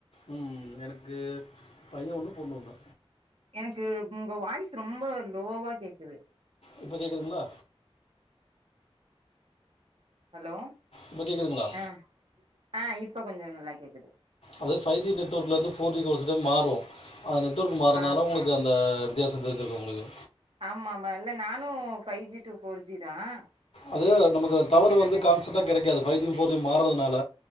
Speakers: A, on the left; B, on the right.
A: உம் எனக்கு பையன் ஒண்ணும் பொண்ணு ஒன்ணு
B: எனக்கு உங்க வாய்ஸ் ரொம்ப லோவா கேக்குது
A: இப்ப கேக்குதுங்ளா
B: ஹலோ
A: இப்போ கேட்குதுங்களா
B: ஆஹ் ஆஹ் இப்ப கொஞ்சம் நல்லா கேக்குது
A: அது ஃபைவ் ஜி நெட்ஒர்க்லேருந்து ஃபோர் ஜிக்கு ஒருசிட்டே மாறும் அந்த நெட்ஒர்க் மாறனாலும்
B: ஆ
A: உங்களுக்கு அந்த வித்தியாசம் தெரிஞ்சிருக்கு உங்களுக்கு
B: ஆமா ஆமா இல்ல நானும் five G two four G தான்
A: அது நமக்கு டவர் வந்து கான்சன்டா கெடைக்காது பைவ் ஜி ஃபோர் ஜி மாறுறதுனால